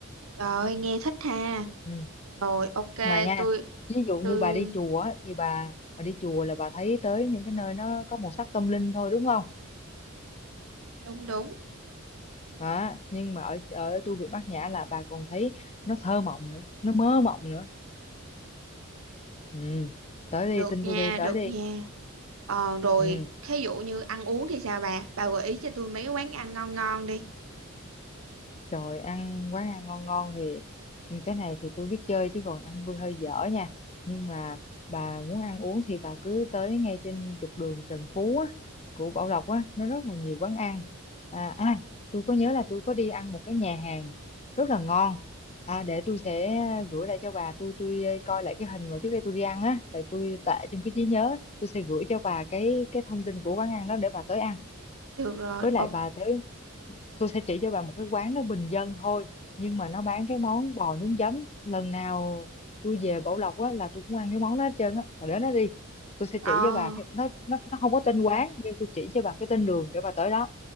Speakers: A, on the right; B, on the left.
A: Rồi, nghe thích ha.
B: ừ.
A: Rồi ok
B: mà nha
A: tôi
B: ví dụ như
A: tôi
B: bà đi chùa á, thì bà bà đi chùa là bà thấy tới những cái nơi nó có màu sắc tâm linh thôi đúng không
A: đúng đúng
B: đó nhưng mà ở ở tu viện Bát Nhã là bà còn thấy nó thơ mộng nữa nó mơ mộng nữa ừ. tới đi
A: được
B: tin
A: nha
B: tôi đi tới
A: được
B: đi
A: nha. Ờ, rồi
B: ừ.
A: thí dụ như ăn uống thì sao bà? Bà gợi ý cho tôi mấy quán ăn ngon ngon đi.
B: Trời ăn quán ăn ngon ngon thì cái này thì tôi biết chơi chứ còn ăn tôi hơi dở nha. Nhưng mà bà muốn ăn uống thì bà cứ tới ngay trên trục đường Trần Phú á, của Bảo Lộc á, nó rất là nhiều quán ăn. À, à tôi có nhớ là tôi có đi ăn một cái nhà hàng rất là ngon. À để tôi sẽ gửi lại cho bà, tôi tôi ờ, coi lại cái hình mà trước đây tôi đi ăn á, tại tôi tệ trong cái trí nhớ, tôi sẽ gửi cho bà cái cái thông tin của quán ăn đó để bà tới ăn.
A: Được rồi.
B: Với lại
A: Ok.
B: bà tới tôi sẽ chỉ cho bà một cái quán nó bình dân thôi nhưng mà nó bán cái món bò nhúng giấm lần nào tôi về Bảo Lộc á là tôi cũng ăn cái món đó hết trơn á bà đến đó đi tôi sẽ chỉ
A: Ờ,
B: cho bà cái nó nó nó không có tên quán nhưng tôi chỉ cho bà cái tên đường để bà tới đó